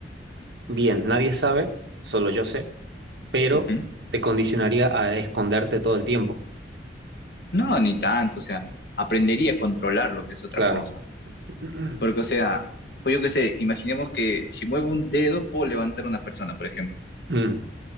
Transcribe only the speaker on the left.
Ujú.
No, ni tanto. O sea, aprendería a controlar lo que es otra
cosa.
Porque, o sea, pues yo qué sé, imaginemos que si muevo un dedo puedo levantar a una persona, por ejemplo.